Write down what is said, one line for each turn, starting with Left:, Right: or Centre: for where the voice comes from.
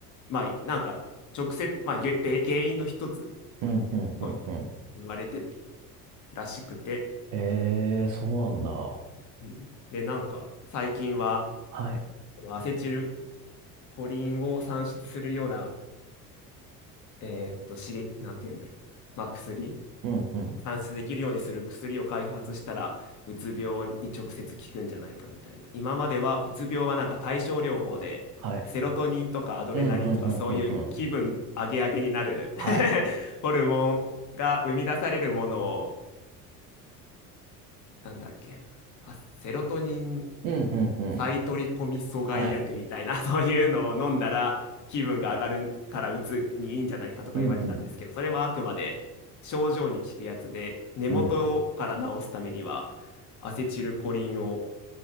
Left: まあ、なんか直接、まあ、げべ原因の一つ
Right: うんうんうんうん。
Left: と言われてらしくて、
Right: ええそうなんだ。
Left: うん、で、なんか最近は、
Right: はい。
Left: そのアセチルコリンを産出するような、えーっと、刺激、なんて言うんだろう、まあ、薬
Right: うんうん。
Left: 算出できるようにする薬を開発したら、うつ病に直接効くんじゃないかみたいな。今までは、うつ病はなんか対症療法で、
Right: はい。
Left: セロトニンとかアドレナリンとかそういう気分上げ上げになる
Right: うんうんうんうんうん。はい。
Left: <laughs> ホルモンが生み出されるものを、なんだっけ、あ、セロトニン
Right: うんうんうん。
Left: 再取り込み阻害薬みたいな、
Right: はい。
Left: <laughs> そういうのを飲んだら気分が上がるからうつにいいんじゃないかとか言われてたんですけど、
Right: うんうん
Left: それはあくまで症状に効くやつで、根元から治すためにはアセチルコリンを
Right: うん。